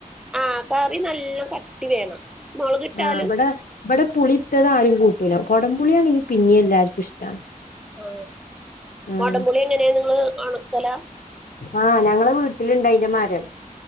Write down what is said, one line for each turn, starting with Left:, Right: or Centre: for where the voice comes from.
Centre: ആ കറി നല്ല കട്ടി വേണം മുളകിട്ടാലും
Left: ആ ബടെ ബടെ പുളി ട്ടതാരും കൂട്ടൂല കൊടം പുളിയാണെങ്കി പിന്നിം എല്ലാർക്കും ഇഷ്ടാണ്
Centre: ആ
Left: ആഹ്
Centre: കോടമ്പുലി ങ്ങനേ ങ്ങള് ഒണക്കല
Left: ആഹ് ഞങ്ങളെ വീട്ടില്ണ്ട് അയ്ന്റെ മരം